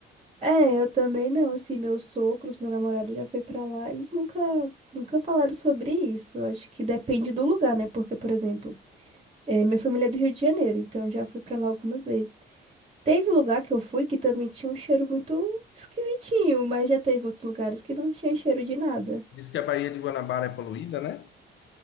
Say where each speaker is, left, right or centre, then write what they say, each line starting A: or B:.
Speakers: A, on the right; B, on the left.
A: É, eu também não, assim, meus sogros, meu namorado já foi pra lá, eles nunca, nunca falaram sobre isso. Eu Acho que depende do lugar, né? Porque, por exemplo, é, minha família é do Rio de Janeiro, então já fui pra lá algumas vezes. Teve lugar que eu fui que também tinha um cheiro muito esquisitinho, mas já teve outros lugares que não tinha cheiro de nada.
B: Diz que a Baía de Guanabara é poluída, né?